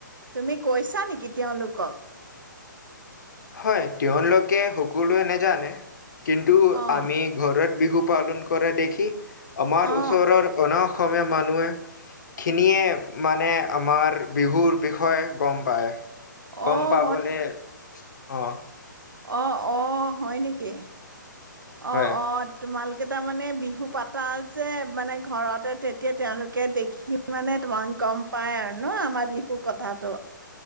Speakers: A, on the right (about 80°); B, on the left (about 65°).
A: তুমি কৈছা নেকি তেওঁলোকক
B: হয় তেওঁলোকে সকলোৱে নেজানে কিন্তু
A: অ'
B: আমি ঘৰত বিহু পালন কৰা দেখি আমাৰ
A: অ'
B: ওচৰৰ অনা অস সমীয়া মানুহ খিনিয়ে মানে আমাৰ বিহুৰ বিষয়ে গম পায়
A: অ'
B: গম পাবলে অঁ
A: অঁ অঁ হয় নেকি অঁ
B: হয়।
A: অঁ তোমালোকে তাৰ মানে বিহু পাতা যে মানে ঘৰতে, তেতিয়া তেওঁলোকে দেখি মানে তোমাক গম পাই আৰু ন', আমাৰ বিহুৰ কথাাতটো।